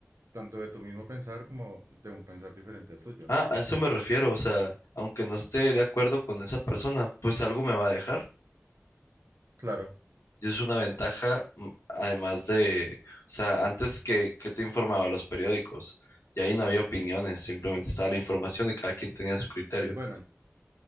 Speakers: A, on the right (about 80°); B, on the left (about 75°).
A: tanto de tu mismo pensar como de un pensar diferente al tuyo,
B: Ah,
A: ¿no?
B: a eso me refiero, o sea, aunque no esté de acuerdo con esa persona, pues algo me va a dejar.
A: Claro.
B: Y es una ventaja, mm, además de, o sea, antes que, que te informaba los periódicos, y ahí no había opiniones, simplemente estaba la información y cada quien tenía su criterio.
A: Bueno,